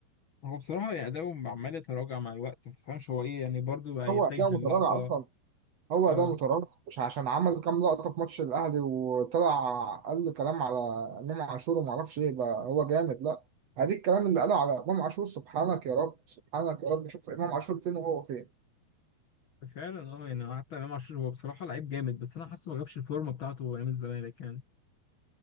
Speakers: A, on the left; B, on the right.
A: هو بصراحه يعني اداؤه عمال يتراجع مع الوقت ما تفهمش هو ايه يعني برضه بقى
B: هو
A: يتجه
B: ده متراجع
A: للقطه
B: اصلا هو
A: اه
B: ده متراجع مش عشان عمل كام لقطه في ماتش الاهلي وطلع قال كلام على امام عاشور وما اعرفش ايه بقى هو جامد لا اديك الكلام اللي قاله على امام عاشور سبحانك يا رب سبحانك يا رب شوف امام عاشور فين وهو فين
A: فعلا اه يعني حتى امام عاشور هو بصراحه لعيب جامد بس انا حاسه ما جابش الفورمه بتاعته ايام الزمالك يعني